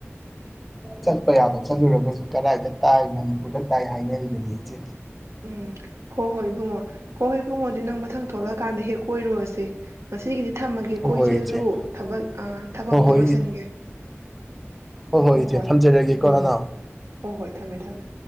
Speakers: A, in the centre; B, on the right.
A: ꯆꯠꯄ ꯌꯥꯕ ꯆꯠꯂꯨꯔꯒꯁꯨ ꯀꯗꯥꯏꯗ ꯇꯥꯏ ꯃꯅꯤꯄꯨꯔꯗ ꯇꯥꯏ ꯍꯥꯏꯅꯔꯤꯕꯅꯤ ꯏꯆꯦ
B: ꯎꯝ ꯍꯣ ꯍꯣꯏ ꯏꯕꯨꯡꯉꯣ ꯍꯣꯏ ꯍꯣꯏ ꯏꯕꯨꯪꯉꯣ ꯑꯗꯨꯗꯤ ꯅꯪ ꯃꯊꯪ ꯊꯣꯛꯂꯛꯑꯀꯥꯟꯗ ꯍꯦꯛ ꯀꯣꯏꯔꯨꯔꯁꯦ ꯉꯁꯤꯒꯤꯗꯤ ꯊꯝꯃꯒꯦ
A: ꯍꯣꯏ
B: ꯀꯣ
A: ꯍꯣꯏ
B: ꯏꯆꯦꯁꯨ
A: ꯏꯆꯦ
B: ꯊꯕꯛ ꯊꯕꯛ
A: ꯍꯣꯏ
B: ꯑꯝꯇ
A: ꯍꯣꯏ
B: ꯂꯣꯏꯁꯟꯒꯦ
A: ꯍꯣꯏ ꯍꯣꯏ
B: ꯍꯣ
A: ꯏꯆꯦ ꯊꯝꯖꯔꯒꯦꯀꯣ
B: ꯎꯝ
A: ꯅꯅꯥꯎ
B: ꯍꯣꯏ ꯍꯣꯏ ꯊꯝꯃꯦ ꯊꯝꯃꯦ